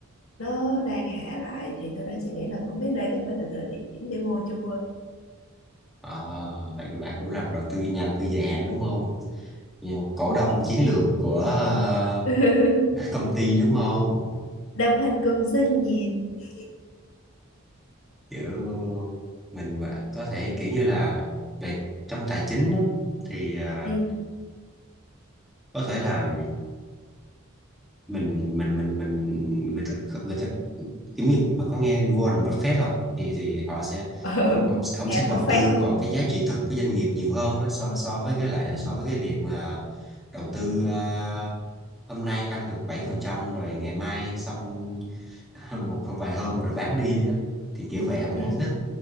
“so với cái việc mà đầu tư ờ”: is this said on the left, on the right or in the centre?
Centre